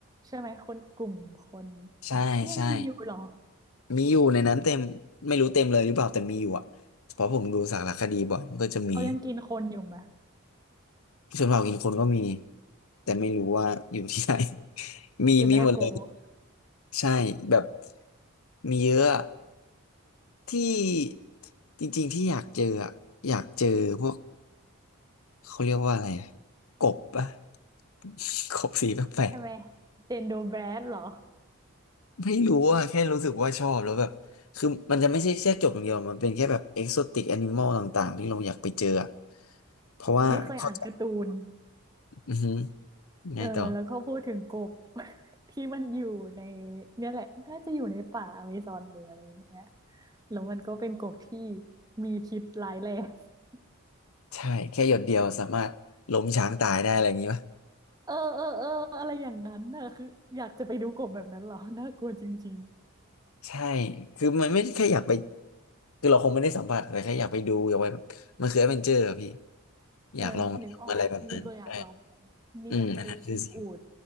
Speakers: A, on the right (about 15°); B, on the left (about 75°).
A: ใช่ไหมคนกลุ่มคน
B: ใช่ใช่
A: ยังมีอยู่เหรอ
B: มีอยู่ในนั้นเต็มไม่รู้เต็มเลยหรือเปล่าแต่มีอยู่อ่ะเพราะผมดูสารคดีบ่อยมันก็จะมี
A: เขายังกินคนอยู่ไหม
B: ชนเผ่ากินคนก็มีแต่ไม่รู้ว่าอยู่ที่ไหน <laughs> มีมีหมดเลย
A: คือน่ากลัว
B: ใช่แบบมีเยอะอะที่จริงๆที่อยากเจออะอยากเจอพวกเขาเรียกว่าอะไรอะกบปะ <laughs> กบสีแปลก
A: ใช่ไหมเดนโดแบรดเหรอ
B: ไม่รู้อะแค่รู้สึกว่าชอบแล้วแบบคือมันจะไม่ใช่แค่จบอย่างเดียวมันเป็นแค่แบบเอ็กโซติกแอนิมอลต่างๆที่เราอยากไปเจออะเพราะว่าเขาจะ
A: นี่เคยอ่านการ์ตูน
B: อือหือไงต่อ
A: เออแล้วเขาพูดถึงกบ <laughs> ที่มันอยู่ในเนี่ยแหละน่าจะอยู่ในป่าอเมซอนหรืออะไรอย่างเงี้ยแล้วมันก็เป็นกบที่มีพิษร้ายแรง <laughs>
B: ใช่แค่หยดเดียวสามารถล้มช้างตายได้อะไรอย่างงี้ปะ
A: เออเออเอออะไรอย่างนั้นน่ะคืออยากจะไปดูกบแบบนั้นเหรอน่ากลัวจริง
B: ใช่คือมันไม่ได้แค่อยากไปคือเราคงไม่ได้สัมผัสแต่แค่อยากไปดูอยากไปแบบมันคือแอดเวนเจอร์อะพี่
A: ๆเออนึกออกนี่ก็อยากลองเหมือนกันนี่อยากไปขี่อูฐ
B: อยากลองทำอะไรแบบนั้นใช่อืมอันนั้นคือสิ่ง